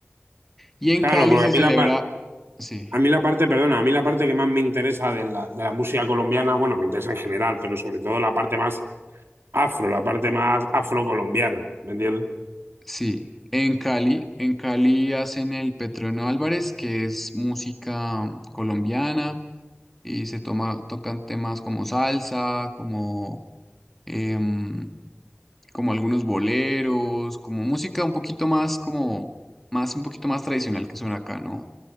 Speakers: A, in the centre; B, on the right.
A: Y en
B: Claro,
A: Cali
B: porque
A: se
B: a mí
A: celebra
B: la,
A: Sí,
B: a mí la parte, perdona, a mí la parte que más me interesa de la, de la música colombiana, bueno, me interesa en general, pero sobre todo la parte más afro, la parte más afrocolombiana, ¿me entiendes?
A: sí. En Cali, en Cali hacen el Petreno Álvarez, que es música colombiana, y se toma, tocan temas como salsa, como, em, como algunos boleros, como música un poquito más, como, más, un poquito más tradicional que suena acá, ¿no?